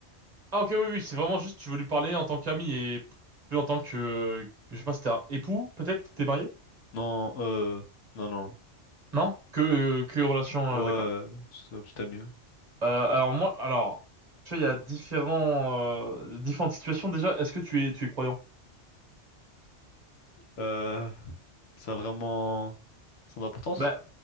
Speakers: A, on the right; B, on the left.
A: Ah, ok, oui, oui, c'est vraiment juste, tu veux lui parler en tant qu'ami et plus en tant que, je sais pas, c'était un époux, peut-être, t'es marié?
B: Non, euh, non, non.
A: Non? Que, que relation,
B: Ouais,
A: euh, d'accord.
B: c'est ma petite amie. ouais.
A: Euh, alors moi, alors, tu vois, il y a différents, euh, différentes situations déjà. Est-ce que tu es, tu es croyant?
B: Euh, ça a vraiment son importance?
A: Bah.